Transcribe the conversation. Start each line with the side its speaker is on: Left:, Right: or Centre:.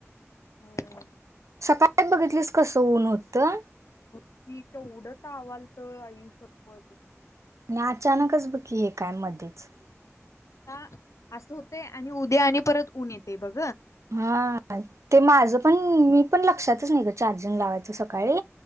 Left: होय
Right: सकाळ का बघितलीस कसं ऊन होतं
Left: की केवढं तावालत आई शपथ
Right: आणि अचानकच ब की हे काय मधीच
Left: आता असं होते आणि उद्या आणि परत ऊन येते बघ
Right: हा ते माझ पण मी पण लक्षातच नाही ग चार्जिंग लावायचं सकाळी